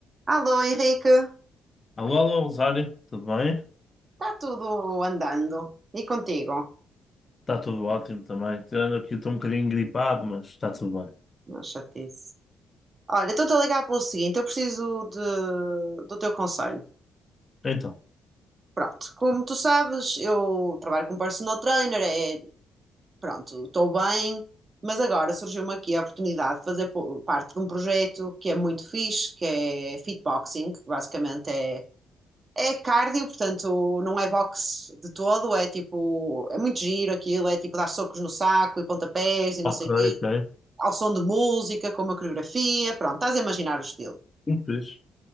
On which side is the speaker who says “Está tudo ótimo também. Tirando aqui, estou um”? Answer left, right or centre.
Left